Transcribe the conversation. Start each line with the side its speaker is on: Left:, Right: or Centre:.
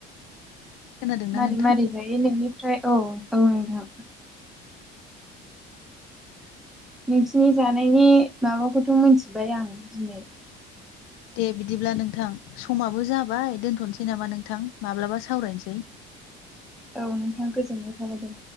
Left: खोनादोंना
Centre: मारै
Left: नोंथां
Centre: मारै जायो नोंनिफ्राय औ औ नोंथां। नोंसिनि जानायनि माबाखौथ' मिथिबाय आं दिनै।
Left: दे बिदिब्ला नोंथां। समाबो जाबाय दोनथ'नोसै नामा नोंथां? माब्लाबा सावरायनोसै
Centre: औ नोंथां गोजोननाय थाबाय दे